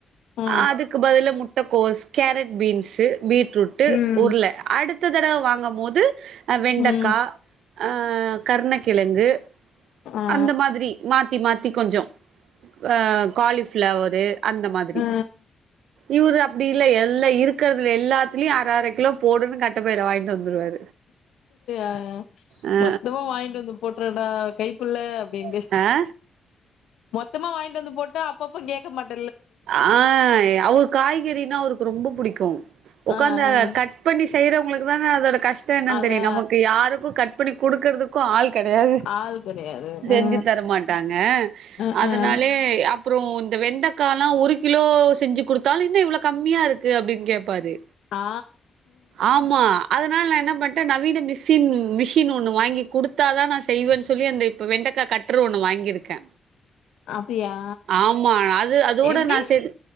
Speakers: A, on the left (about 80°); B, on the right (about 90°).
A: ஆ
B: அதுக்கு பதிலா முட்டக் கோஸ் கேரட் பீன்ஸு பீட் ரூட்டு
A: ம்
B: உருள அடுத் த தடவ வாங்கம் போது அ வெண்டக்கா
A: ம்
B: ஆ கருணக்கிழங்கு
A: ஆ
B: அந்த மாரி மாத் த்தி மாத்தி கொஞ்சோ ஆ காலிஃப்ளவரு அந்த மாத்ரி
A: ஆ
B: இவுரு அப்டில்ல எல்லா இருக் க்கறதுல எல்லாத்லயூ அர அர கிலோ போடுன்னு கட்டப்பைல வாங்கிட்டு வந்துருவாரு
A: ஆஆ
B: ஆ
A: மொத்தமா வாங்கிட்டு வந்து போட்டுர்டா கைப்பு ள்ள அப்படின்டு
B: ஆ ஆ
A: மொத்தமா வாங்கிட்டு வந்து போட்டா அப்பப்ப கேக்க மாட்
B: ஆ அவுரு காய்கறினா அவுருக் ரொம்போ புடிக்கூ ஒக்காந்த
A: ஆ ஆ
B: கட் பண்ணி செய்யற உங்களுக்கு தானே அதோட க ஷ்டோ என்னன்
A: அதா
B: தெரியூ நமக்கு யாருக்கூ கட் பண்ணி குடுக் கிறதுக்கூ ஆள் கெடையாது
A: ஆள் கெடையாது
B: செஞ்சு
A: ஆ
B: தரமாட்டாங்க
A: ஆ
B: அதுனாலே
A: ஆ
B: அப் அப்றோ இந்த வெண்டக் காலா ஒரு கிலோ செஞ்சு குடுத்தாலூ என்ன இவ்ளோ கம்மியாருக்கு அப்டின் கேப்பாரு
A: ஆ
B: ஆமா அத்னால நா என்னப் மட்ட நவீன மிஷின் மிஷின் ஒன்னு வாங்கி குடுத்தாதா நா செய்வேன் சொல்லி அந்த இப்ப வெண்டக்கா கட்டுரு ஒன்னு வாங்கிருக்கே
A: அப்டியா
B: ஆமா அது அத் கூட
A: எப்டி
B: நா சேது